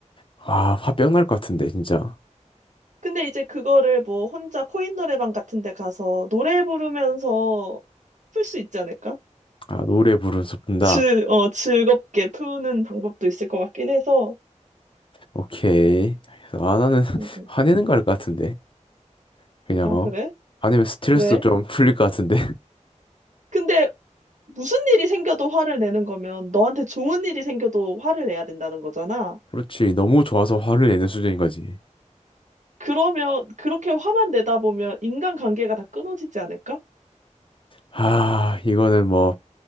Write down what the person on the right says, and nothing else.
근데 이제 그거를 뭐 혼자 코인 노래방 같은 데 가서 노래 부르면서 풀 수 있지 않을까?
즐, 어, 즐겁게 푸는 방법도 있을 것 같긴 해서.
음, 음.
아,
그래?
왜?
근데 무슨 일이 생겨도 화를 내는 거면 너한테 좋은 일이 생겨도 화를 내야 된다는 거잖아.
그러면 그렇게 화만 내다 보면 인간관계가 다 끊어지지 않을까?